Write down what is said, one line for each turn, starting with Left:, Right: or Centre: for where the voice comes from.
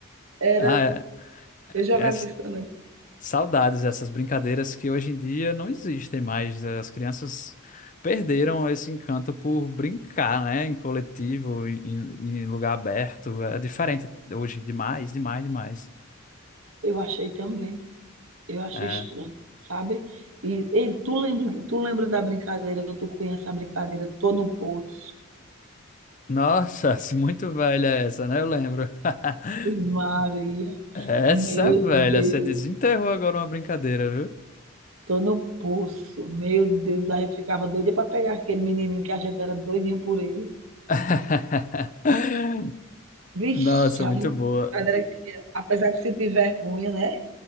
Right: Era.
Left: Ah, é,
Right: Eu jogava
Left: é s-
Right: isso também.
Left: saudades essas brincadeiras que hoje em dia não existem mais. As crianças perderam esse encanto por brincar, né, em coletivo, em, em- em lugar aberto. É diferente hoje demais, demais, demais.
Right: Eu achei também. Eu acho
Left: É.
Right: estranho, sabe? E, e tu, lembra, tu lembra da brincadeira? Tu conhece a brincadeira? Tô no poço.
Left: Nossa, <laughs> muito velha essa, né? Eu lembro. <laughs>
Right: E Maria,
Left: Essa
Right: meu
Left: é velha,
Right: Deus,
Left: você desenterrou agora uma brincadeira, viu?
Right: tô no poço. Meu Deus, a gente ficava doida para pegar aquele menininho que a gente era doidinho por ele.
Left: <laughs>
Right: Vixe,
Left: Nossa,
Right: a
Left: muito
Right: brincadeira
Left: boa.
Right: que era. Apesar de sentir vergonha, né?